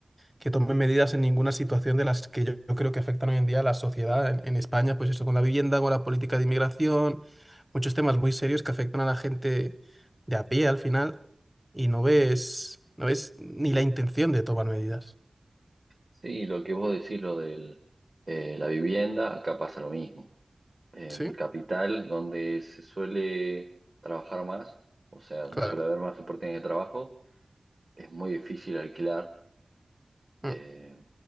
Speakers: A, in the centre; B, on the right.
A: que tome medidas en ninguna situación de las que yo, yo creo que afectan hoy en día a la sociedad en, en España, pues eso con la vivienda, con la política de inmigración, muchos temas muy serios que afectan a la gente de a pie al final y no ves, no ves ni la intención de tomar medidas.
B: Sí, lo que vos decís, lo de la vivienda, acá pasa lo mismo. En
A: ¿Sí?
B: Capital, donde se suele trabajar más, o sea,
A: Claro,
B: suele haber más oportunidades de trabajo, es muy difícil alquilar
A: mm,
B: eh,